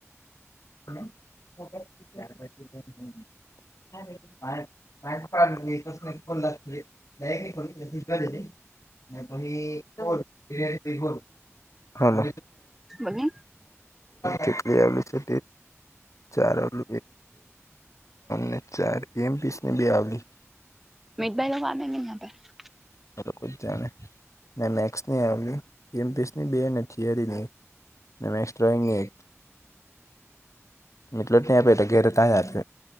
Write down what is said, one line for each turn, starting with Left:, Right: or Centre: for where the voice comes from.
Left: <unintelligible> <unintelligible> <unintelligible> હાલો
Centre: બોલને
Left: કેટલી આવેલી છે <unintelligible> ત્રણ ને ચાર એમ પીસ ને બે આવેલી
Centre: મીત ભાઈનુ હાલેને <unintelligible>
Left: <unintelligible> <unintelligible> ડ્રોઈગે એટલો જ નહી આપે તો ઘેરે ત્યાં જ આપ ત